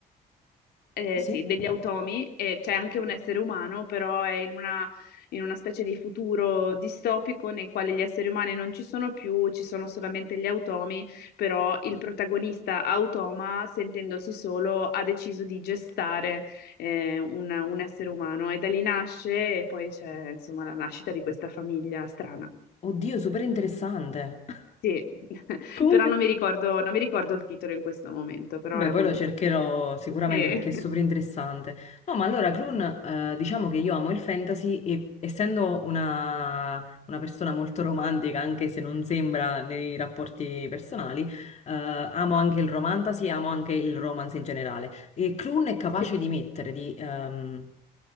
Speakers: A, on the left; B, on the left.
A: eh,
B: Sì.
A: sì, degli automi e c'è anche un essere umano, però è in una, in una specie di futuro distopico nel quale gli esseri umani non ci sono più, ci sono solamente gli automi, però il protagonista automa, sentendosi solo, ha deciso di gestare eh, un, un essere umano e da lì nasce e poi c'è insomma la nascita di questa famiglia strana.
B: Oddio, super interessante. <laughs>
A: Sì, <laughs>
B: Comunque...
A: però non mi ricordo, non mi ricordo il titolo in questo momento, però
B: Vabbè,
A: è
B: poi
A: molto
B: lo cercherò
A: molto bello.
B: sicuramente
A: Sì.
B: perché è super
A: <laughs>
B: interessante. No, ma allora, Clun, eh, diciamo che io amo il fantasy e essendo una, una persona molto romantica, anche se non sembra nei rapporti personali, eh, amo anche il romantasy e amo anche il romance in generale. E Clun è capace
A: Sì,
B: di mettere, di, ehm,